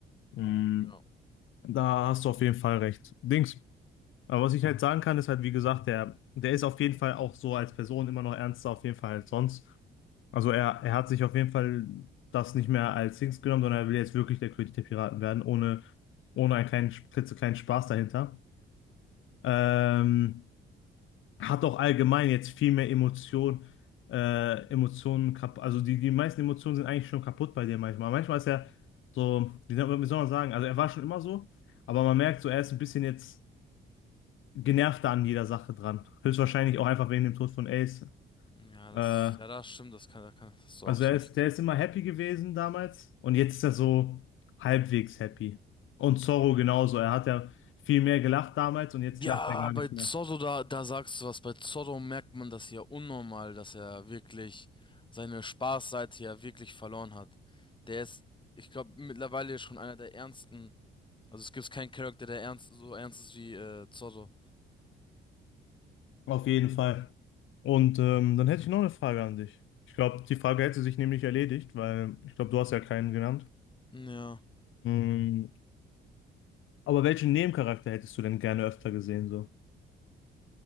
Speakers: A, on the left (about 80°); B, on the left (about 25°).
A: mh,
B: Ja.
A: da hast du auf jeden Fall recht. Dings. Aber was ich halt sagen kann, ist halt, wie gesagt, der, der ist auf jeden Fall auch so als Person immer noch ernster, auf jeden Fall als sonst. Also er, er hat sich auf jeden Fall das nicht mehr als Dings genommen, sondern er will jetzt wirklich der König der Piraten werden, ohne, ohne einen kleinen, klitzekleinen Spaß dahinter. Ähm, hat auch allgemein jetzt viel mehr Emotion, äh, Emotionen kaputt. Also die, die meisten Emotionen sind eigentlich schon kaputt bei dir manchmal. Manchmal ist er so, wie soll wie soll man sagen, also er war schon immer so, aber man merkt so, er ist ein bisschen jetzt genervter an jeder Sache dran. Höchstwahrscheinlich auch einfach wegen dem Tod von Ace.
B: Ja,
A: Äh,
B: das, ja, das stimmt, das kann, das kann, das ist
A: also
B: auch
A: er
B: recht.
A: ist, der ist immer happy gewesen damals und jetzt ist er so halbwegs happy. Und Zorro genauso. Er hat ja viel mehr gelacht damals und jetzt
B: Ja,
A: lacht er gar
B: bei
A: nicht
B: Zorro,
A: mehr.
B: da, da sagst du was. Bei Zorro merkt man das ja unnormal, dass er wirklich seine Spaßseite ja wirklich verloren hat. Der ist, ich glaube, mittlerweile schon einer der ernsten. Also es gibt keinen Charakter, der ernst, so ernst ist wie äh, Zorro.
A: Auf jeden Fall. Und ähm, dann hätte ich noch eine Frage an dich. Ich glaube, die Frage hätte sich nämlich erledigt, weil ich glaube, du hast ja keinen genannt.
B: Ja.
A: Mm, Aber welchen Nebencharakter hättest du denn gerne öfter gesehen, so?